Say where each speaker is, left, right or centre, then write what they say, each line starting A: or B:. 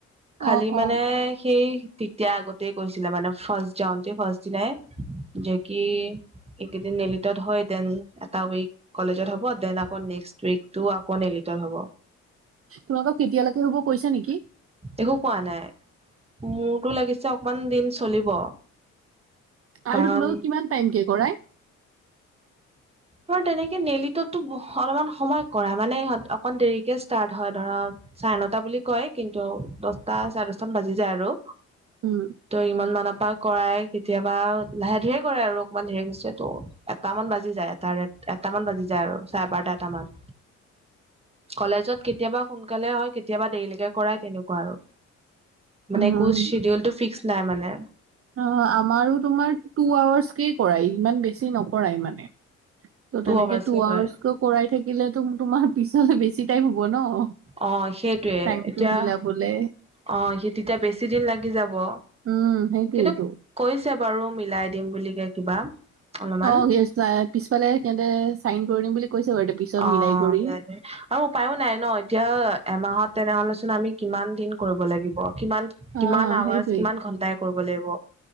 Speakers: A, on the right; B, on the right.
A: খালি
B: অ
A: মানে
B: অ
A: সেই তেতিয়া আগতে কৈছিলে মানে ফাষ্ট যাওঁতে, ফাৰ্ষ্ট দিনাই। যে কি এইকেইদিন নেলিটত হয়, দেন এটা উইক কলেজত হ'ব। দেন আকৌ নেক্সট উইকটো আকৌ নেলিটত হ'ব।
B: তোমালোকক কেতিয়ালৈকে হ'ব কৈছে নেকি?
A: একো কোৱা নাই মোৰতো লাগিছে অকমান দিন চলিব- কাৰণ
B: আৰু তোমালোকক কিমান টাইম কে কৰাই।
A: তাৰ তেনেকে নেলিততো অলপমান সময় কৰা মানেহত অকন দেৰিকে ষ্টাৰ্ট হয় ধৰা। চাৰে নটা বুলি কয়। কিন্তু দশটা চাৰে দচ মান বাজি যায়। আৰু
B: উম
A: ত ইমান মানৰ পৰা কৰাই কেতিয়াবা লাহে ধীেৰে কৰে আৰু অকমান ধেৰে গৈছ। ত এটামান বাজি যায় এটাৰ এটামান বাজি যায় আৰু চাৰে বাৰটা এটামান কলেজত কেতিয়াবা সোনকালে হয়। কেতিয়াবা দেৰিলৈকে কৰায় তেনেকুৱা আৰু মানে
B: উম
A: একো চিডিউল টো ফিক্স নাই মানে।
B: অ আমাৰো তোমাৰ টু আৱাৰ্চকেই কৰাই ইমান বেছি নকৰাই মানে। তো' তেনেকে
A: আৱাৰ্চে
B: টু
A: কৰে
B: আৱাৰ্চকে কৰাই থাকিলেতো তোমাৰ পিছলে বেছি টাইম হব ন।
A: অ সেইটোৱে
B: টাইমটো
A: এতিয়া
B: মিলাবলে
A: অহ তেতিয়া বেছি দিন লাগি যাব।
B: উম সেইটোৱেতো-
A: কিন্তু কৈছে বাৰু মিলাই দিম বুলি কে কিবা। অলপমান
B: অ পিছফালে সিহতে চাইন কৰি দিম বুলি কৈছে। বাৰু পিছত
A: অহ
B: মিলাই কৰি
A: দিয়া দে আৰু উপায়ো নাই ন এতিয়া এমাহত তেনেহলেচোন আমি কিমান দিন কৰিব লাগিব কিমান-
B: অ
A: কিমান আৱাৰ্চ
B: সেইটোৱেই
A: কিমান ঘন্টাই কৰিব লাগিব